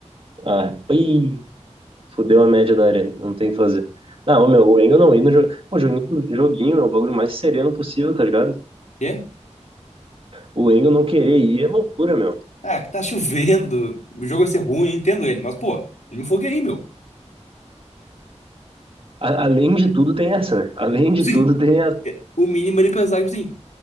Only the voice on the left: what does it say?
Quê?
Ah, que tá chovendo. O jogo vai ser ruim, eu entendo ele. Mas, pô, ele me falou aí, meu.
Sim,
o mínimo é ele pensar, tipo assim.